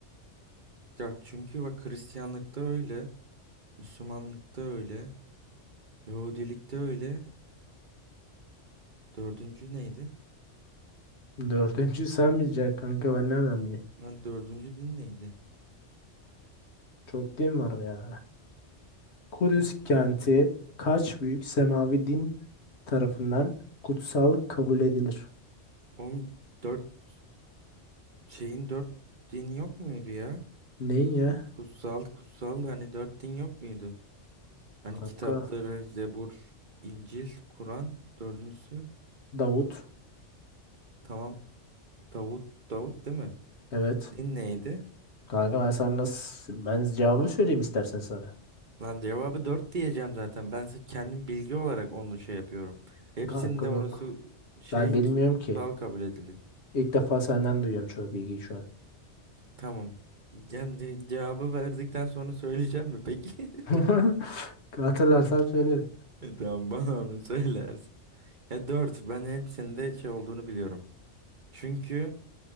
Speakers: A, on the right (about 45°); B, on the left (about 65°).
A: ya çünkü bak Hristiyanlıkta öyle Müslümanlıkta öyle Yahudilikte öyle. Dördüncü neydi?
B: Dördüncü sen bileceksin kanka ben nereden bileyim?
A: Lan Dördüncü din neydi?
B: Çok din var be ya. Kudüs
A: Hı?
B: kenti kaç büyük semavi din tarafından kutsal kabul edilir?
A: Oğlum dört şeyin dört dini yok muydu ya?
B: Neyin ya?
A: Kutsal kutsal da hani dört din yok muydu? Hani
B: Kanka
A: kitapları Zebur, İncil, Kur'an dördüncüsü
B: Davut.
A: tamam Davut Davut değil mi?
B: Evet.
A: Din neydi?
B: Kanka ben sana nasıl... Ben cevabı söyleyeyim istersen sana.
A: Lan cevabı dört diyeceğim zaten. Ben se- kendim bilgi olarak onu şey yapıyorum. Hepsinde
B: Kanka yok.
A: orası şey
B: Ben bilmiyorum
A: ki-
B: ki.
A: kutsal kabul ediliyor.
B: İlk defa senden duyuyorum çoğu bilgiyi şu an.
A: Tamam. Yani cevabı verdikten sonra söyleyeceğim mi peki? <laughs>
B: <laughs> Hatırlarsan söylerim.
A: E tamam bana onu söylersin. Ya dört ben hepsinde şey olduğunu biliyorum. Çünkü